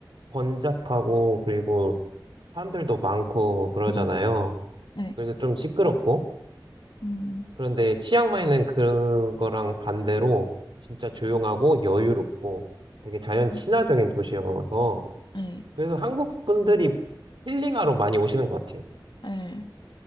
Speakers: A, on the right (about 80°); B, on the left (about 70°).
A: 번잡하고 그리고 사람들도 많고 그러잖아요.
B: 음, 네.
A: 그래서 좀 시끄럽고
B: 음.
A: 그런데 치앙마이는 그거랑 반대로 진짜 조용하고 여유롭고 되게 자연 친화적인
B: 음.
A: 도시여서
B: 예,
A: 그래서 한국 분들이 힐링하러 많이 오시는 것 같아요.
B: 예.